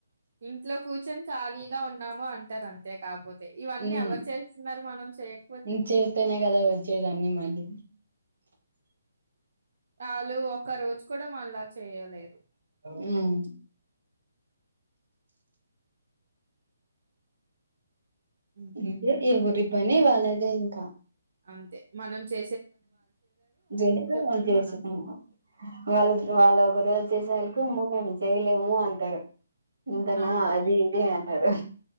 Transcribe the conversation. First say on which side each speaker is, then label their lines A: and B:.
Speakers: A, on the right; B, on the right.
A: ఇంట్లో కూర్చొని ఖాళీగా ఉన్నాము అంటారు అంతే కాకపోతే అ ఇవన్నీ
B: ఉమ్
A: ఎవరు చేస్తున్నారు మనం చేయకపోతే
B: ఇంక చేస్తేనే కదా వచ్చేదన్ని మళ్ళీ
A: ఆళ్ళు ఒకరోజు కూడా మళ్లాచ్చు చేయలేరు
B: హ్మ్
A: ఇంకేంటండి
B: అంతే ఎవరి పని వాళ్ళది అదే ఇంకా
A: అంతే మనం చె
B: జని వాళ్ళు
A: పని
B: చేసుకు
A: మనం చేయలేం
B: వాళ్ళు వాళ్ళ ఒకరోజు చేసేవాల్లకు అమ్మో మేము చేయలేము అంటారు ఇంతనా
A: అవును
B: అది ఇది అంటరు